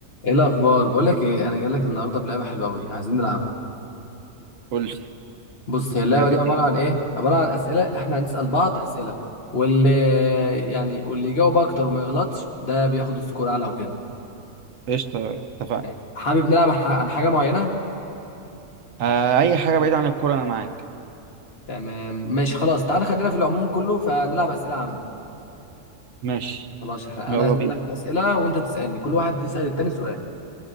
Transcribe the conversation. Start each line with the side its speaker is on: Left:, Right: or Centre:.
Left: ايه الاخبار بقول لك ايه انا جاي لك النهارده بلعبه حلوه قوي عايزين نلعبها
Right: قول لي
Left: بص هي اللعبه
Right: لعبتين
Left: دي عباره عن ايه عباره عن اسئله احنا هنسال بعض اسئله واللي يعني واللي يجاوب اكتر وما يغلطش ده بياخد سكور اعلى وكده
Right: قشطة اتفقنا
Left: ماشي. حابب نلعب عن ح- عن حاجه معينه
Right: آه أي حاجة بعيدة عن الكورة أنا معاك
Left: تمام ماشي خلاص تعال خلينا في العموم كله فنلعب اسئله عامه
Right: ماشي
Left: خلاص احنا
Right: يلا
Left: انا هسالك
Right: بينا
Left: اسئله وانت تسالني كل واحد يسال التاني سؤال